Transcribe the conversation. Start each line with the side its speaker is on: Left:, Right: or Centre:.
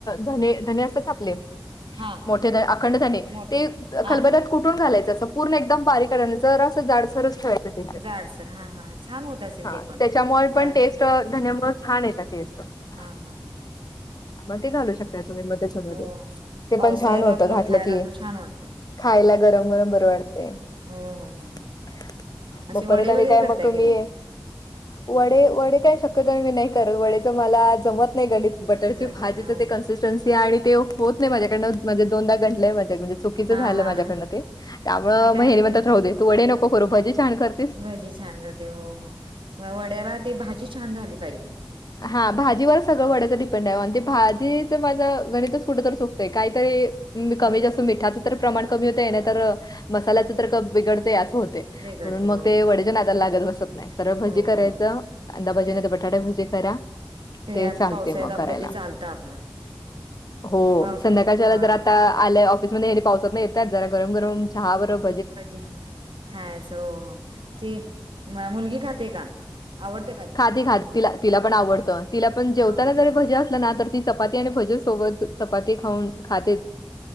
Left: धने धने असतापले <unintelligible>
Right: हा
Left: मोठे अखंड झाणे
Right: मोठे
Left: ते
Right: हा
Left: खलबतात
Right: हा
Left: <unintelligible> कुठून घालायचं पूर्ण एकदम बारी करायं जरस जाडसरस ठेवायचं
Right: जाडसर हां हां हां. छान होत असेल
Left: हा
Right: ते पण
Left: त्याच्यामुळे
Right: द
Left: पण टेस्ट धन्यामु छान येतात टेस्ट <unintelligible>
Right: हा हा हा हा <unintelligible>
Left: मग ते घालू शकता तुम्ही मध्येमध्येध्ये
Right: हो हो
Left: ते
Right: पावसाळ्याला
Left: पण छान होतं
Right: आपलं
Left: घातलं
Right: खायला
Left: की
Right: पण छान वाटतं
Left: खायला गरम गरम बर वाटते
Right: हो हो हो
Left: <unintelligible>
Right: हो असे
Left: मग
Right: वडे
Left: परत आणि
Right: वगैरे
Left: काय
Right: करताय
Left: मग तुम्ही
Right: की नाही
Left: वडे वडे काय शक्यत मी नाही करत वडेचं मला जमत नाही गणित बटरची
Right: जमत
Left: भाजीच
Right: नाही हो
Left: ते कन्सिस्टन्सी आहे आणि ते होत नाही माझ्याकडनंणजे दोनदाहा घंटले आहे माझ्या म्हणजे चुकीचं
Right: हां
Left: झालं
Right: हां
Left: माझ्याकडन ते त्यामुळे
Right: ते काय
Left: मेहनी
Right: होते
Left: मणत राह दे तू वडे नको ख करू भजी छान करते
Right: भजी छान करते हो हो म वड्याला ते भाजी छान झाली पाहिजे
Left: हा भाजीवर <unintelligible> सगळं वड्याचं डिपेंड आहेण ते भाजीचं माझं गणितच कुठ तर सुकतंय काहीतरी कमी
Right: होय
Left: जसं
Right: होय
Left: मिठाचं तर प्रमाण कमी होत आहे ना तर मसाल्याचं तर बिघडते असं होत
Right: बिघडते
Left: म्हणून
Right: हो
Left: मग ते वडच्या नात्याला लागत बसत <unintelligible> नाही सर्व
Right: हो
Left: भजी करायचं
Right: हो हो.
Left: अंंदाभजी
Right: तेच
Left: नाही तर बटाटे भजी करा <unintelligible> ते
Right: आता
Left: चालते
Right: पावसाळ्यात
Left: मग करायला
Right: आपलं ते चालतं आपलं
Left: हो
Right: पाऊस
Left: संध्याकाळच्याला
Right: हां
Left: जर आता <unintelligible> आल्या ऑफिसमध्येध्ये हे पावसात न येतात जरा गरम गरम चहा बरब
Right: जी खायचं हो हो ते मुलगी खाते का आवडतें का <unintelligible>
Left: खाी खा त तिला पण आवडतं तिला पण जेवत
Right: हा
Left: ना तरी भज्या असलं ना तर ती चपाती आणि भजे सोबत चपाती खाऊन खाते